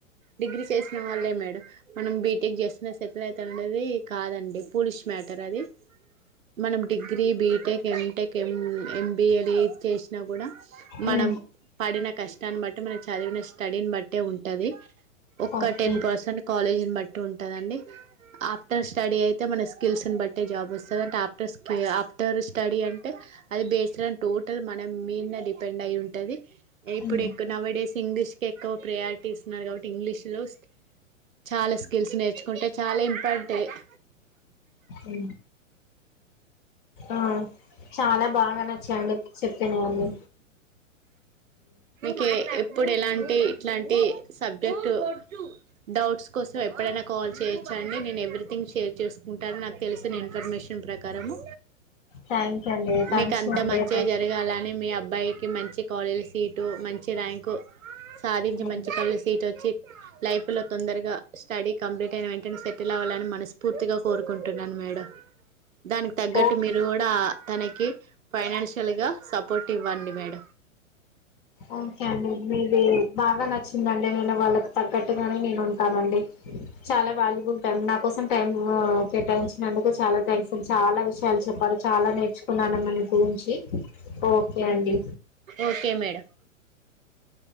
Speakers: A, on the right (about 85°); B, on the left (about 40°).
A: డిగ్రీ సేసిన వాళ్లే మేడం మనం బీటెక్ చేస్తు సెటిల్ అయితుండది కాదండి ఫూలిష్ మ్యాటర అది డిగీ డిగ్రీ, బీటెక్, ఎంటెక్, ఎం ఎంబిఏ ఇది చేసినా కూడా మనం
B: ఉమ్
A: పడిన కష్టాన్ని బట్టి మన చదివిన స్టడీని బట్టే ఉంటది ఒక్క
B: ఓకే
A: టెన్ పర్సెంట్ కాలేజ్ ని బట్టి ఉంటదండి. ఆఫ్టర్ స్టడీ అయితే మన స్కిల్స్ ను బట్టి జాబ్ వస్తుంది. ఆఫ్టర్ స్క ఆఫ్టర్ స్టడీ అంటే అది బేస్డ్ అని టోటల్ మన మీద డిపెండ్ అయి ఉం టది ఇప్పుడు
B: ఉమ్
A: ఎక్కువ నవడేస్ ఇంగ్లీష్ కే ఎక్కువ ప్రియారిటీ ఇస్తున్నారు కాబట్టి ఇంగ్లీష్ లో చాలా స్కిల్స్ నేర్చుకుంటే చాలా ఇంపార్టెంట్
B: ఉ ఆ చాలా బాగా నచ్చాయండి మీ చెప్పినవన్ని
A: మీక ఎప్పుడు ఎలాంటి ఇట్లాంటి సబ్జెక్టు డౌట్స్ కోసం ఎప్పుడైనా కాల్ చేయొచ్చ అండి నేను ఎ ఎవీథింగ్ షేర్ చేసుకుంటారు నాకు తెలిసిన ఇన్ఫర్మేషన్ ప్రకారము
B: థ్యాంక్స్ అండి థ్యాంక్స్
A: మీకు అంత
B: అండి
A: మంచిగా
B: మరి,
A: జరగాలని మీ అబ్బాయి బైకి మంచి కాలేజీ సీటు మంచి ర్యాంకు సాధించే
B: ఉమ్,
A: మంచి కళ్ళు సీట్ వచ్చి లైఫ్లో తొందరగా స్టడీ కంప్లీట్ అయిన వెంటనే సెటిల్ అవ్వాలని మనస్ఫూర్తిగా కోరుకుంటున్నాను మేడమ్ దానికి తగ్గట్టు
B: ఓకే
A: మీరు కూడా తనకి ఫైనాన్షియల్ గా సపోర్ట్ ఇవ్వండి మేడం
B: ఓకే అండి మీది బాగా నచ్చిందండి నేను వాళ్ళకు తగ్గట్టుగానే నేను ఉంటానండి చాలా వాల్యూబుల్ టైమ్ నా కోసం టైమ్ కేటాయించినందుకు చాలా థ్యాంక్స్ అండి చాలా విషయాలు చెప్పారు చాలా నేర్చుకున్నాను మన గురించి ఓకే అండి
A: ఓకే మేడం